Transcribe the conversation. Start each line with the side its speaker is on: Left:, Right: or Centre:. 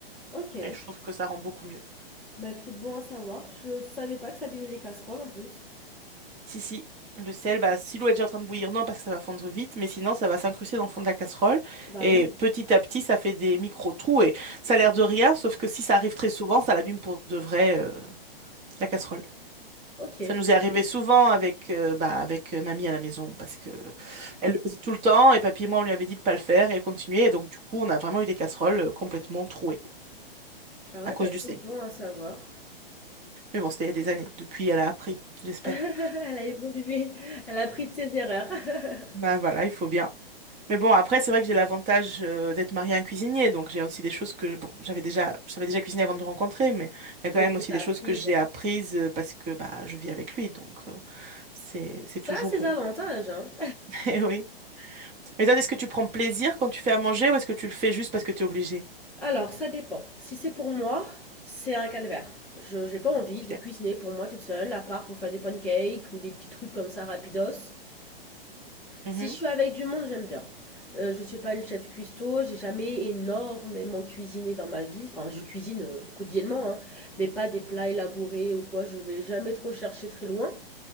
Centre: Ok.
Right: Et je trouve que ça rend beaucoup mieux.
Centre: Bah écoute, bon à savoir. Je savais pas que ça abîmait les casseroles en plus.
Right: Si, si, le sel, bah, si l'eau est déjà en train de bouillir, non, parce que ça va fondre vite, mais sinon, ça va s'incruster dans le fond de la casserole.
Centre: Bah
Right: Et
Centre: oui.
Right: petit à petit, ça fait des micro-trous. Et ça a l'air de rien, sauf que si ça arrive très souvent, ça l'abîme pour de vrai, euh, la casserole.
Centre: Ok.
Right: Ça nous est arrivé souvent avec, euh, bah, avec euh, mamie à la maison parce que elle le faisait tout le temps et papy et moi on lui avait dit de pas le faire et elle continuait et donc du coup on a vraiment eu des casseroles euh, complètement trouées
Centre: Ah ouais,
Right: à cause
Centre: bah écoute,
Right: du sel.
Centre: bon à savoir.
Right: Mais bon, c'était il y a des années. Depuis, elle a appris,
Centre: <laughs>
Right: j'espère.
Centre: Elle a évolué, elle a appris de ses erreurs. <laughs>
Right: Bah voilà, il faut bien. Mais bon, après c'est vrai que j'ai l'avantage euh, d'être mariée à un cuisinier donc j'ai aussi des choses que bon, j'avais déjà j'avais déjà cuisiné avant de le rencontrer mais il y
Centre: D'autres
Right: a quand même
Centre: que
Right: aussi
Centre: t'as
Right: des
Centre: apprises.
Right: choses que j'ai apprises euh, parce que bah je vis avec lui donc euh, c'est c'est
Centre: Ça
Right: toujours
Centre: a ses
Right: bon.
Centre: avantages, hein.
Right: <laughs> et oui. Et toi, est-ce que tu prends plaisir quand tu fais à manger ou est-ce que tu le fais juste parce que tu es obligé?
Centre: Alors, ça dépend. Si c'est pour moi, c'est un calvaire. Je, j'ai pas envie
Right: Ok.
Centre: de cuisiner pour moi toute seule, à part pour faire des pancakes ou des petits trucs comme ça rapidos.
Right: Mhm.
Centre: Si je suis avec du monde, j'aime bien. Euh, je suis pas une chef cuistot, j'ai jamais énormément cuisiné dans ma vie. Enfin, je cuisine euh, quotidiennement, hein, mais pas des plats élaborés ou quoi. Je vais jamais trop chercher très loin.